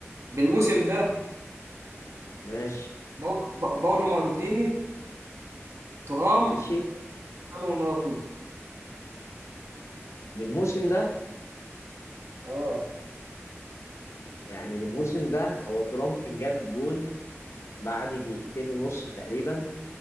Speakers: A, on the right (about 70°); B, on the left (about 75°).
A: بالموسم ده
B: ماشي
A: باولو باولو مالديني ترام
B: ماشي
A: رونالدو
B: بالموسم ده
A: اه
B: يعني بالموسم ده هو ترام كان جاب الجون بعد دقيقتين ونص تقريبا